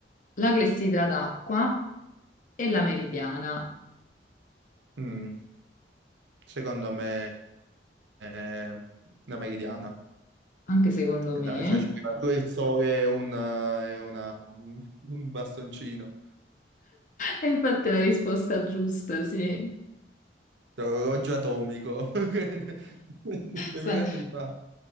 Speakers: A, on the left (about 45°); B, on the right (about 80°).
A: la clessidra d'acqua e la meridiana,
B: Mm. Secondo me è una meridiana.
A: anche secondo
B: E
A: me.
B: dai, cioè ci vuole pure il sole e una, e una- un bastoncino.
A: E infatti è la risposta giusta, sì.
B: Orologio atomico. <laughs> 2000
A: <laughs> Sa-
B: anni fa.